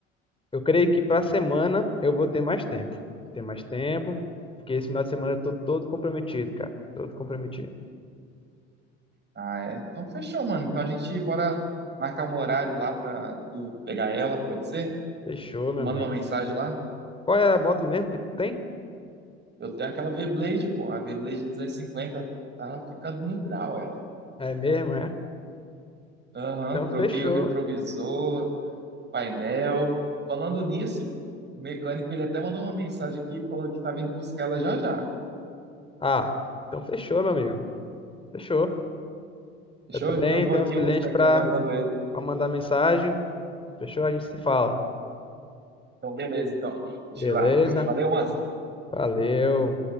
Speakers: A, on the left; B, on the right.
A: Eu creio que pra semana eu vou ter mais tempo. Ter mais tempo, porque esse final de semana eu tô todo comprometido, cara. Todo comprometido.
B: Ah, é? Então fechou, mano. Então a gente bora marcar um horário lá pra tu pegar ela, pode ser?
A: Fechou, meu
B: Tu manda
A: amigo.
B: uma mensagem lá.
A: Qual é a moto mesmo que tu tem?
B: Eu tenho aquela V-Blade, pô, a V-Blade 250, tá ficando no grau ela.
A: É mesmo, é?
B: Aham,
A: Então
B: troquei
A: fechou.
B: o retrovisor, painel. Falando nisso, o mecânico ele até mandou uma mensagem aqui falando que tá vindo buscar ela já já.
A: Ah, então fechou, meu amigo. Fechou.
B: Fechou?
A: Eu também
B: Então eu vou
A: tenho
B: aqui,
A: uns clientes
B: eu vou ficar
A: pra
B: aqui aguardando ele.
A: pra mandar mensagem. Fechou? A gente se fala.
B: Então beleza, então. Deixa
A: Beleza?
B: eu ir lá. Valeu, mano.
A: Valeu.